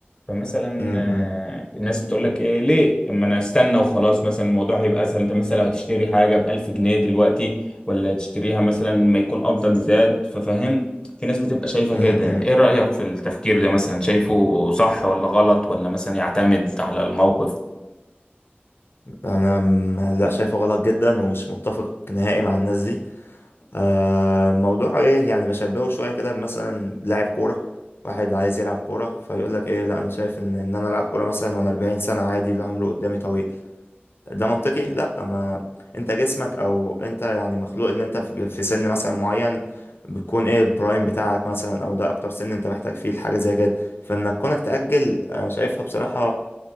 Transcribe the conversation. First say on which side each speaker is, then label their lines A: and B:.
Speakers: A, on the left; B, on the left.
A: فمثلا
B: امم
A: آه، الناس بتقول لك ايه ليه اما انا استنى وخلاص مثلا الموضوع هيبقى اسهل انت مثلا لو هتشتري حاجه ب 1000 جنيه دلوقتي ولا تشتريها مثلا ما يكون قبضك زاد ففاهم في ناس بتبقى شايفه
B: امم
A: كده يعني ايه رايك في التفكير ده مثلا شايفه صح ولا غلط ولا مثلا يعتمد على الموقف
B: انا م- لا شايفه غلط جدا ومش متفق نهائي مع الناس دي آه موضوع ايه يعني بشبهه شويه كده مثلا لاعب كوره واحد عايز يلعب كوره فيقول لك ايه لا انا شايف ان ان انا العب كوره مثلا وانا 40 سنه عادي العمر قدامي طويل ده منطقي لا ما انت جسمك او انت يعني مخلوق ان انت في في سن مثلا معين بتكون ايه البرايم بتاعك مثلا او ده اكتر سن انت محتاج فيه الحاجه زي كده فانك كونك تاجل انا شايفها بصراحه